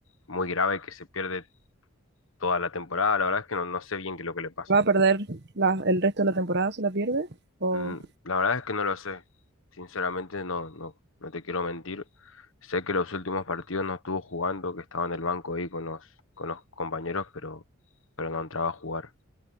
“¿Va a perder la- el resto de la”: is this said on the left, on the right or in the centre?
Right